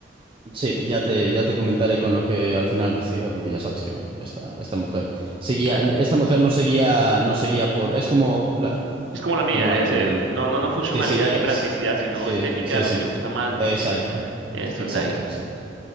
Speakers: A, on the right (about 30°); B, on the right (about 85°).
A: Sí, ya te, ya te comentaré con lo que al final decida, porque ya sabes que, bueno, esta, esta mujer seguía,
B: Claro.
A: esta mujer no seguía, no seguía por, es como la,
B: Es como la mía,
A: como la
B: es,
A: tuya
B: eh,
A: también.
B: no, no, no funcionalidad
A: Sí, seguía,
B: ni practicidad,
A: sí,
B: sino
A: sí,
B: estética,
A: sí,
B: lo
A: sí.
B: que le gusta más, lo
A: exacto,
B: que quiero. Esto
A: exacto,
B: es de ahí.
A: exacto.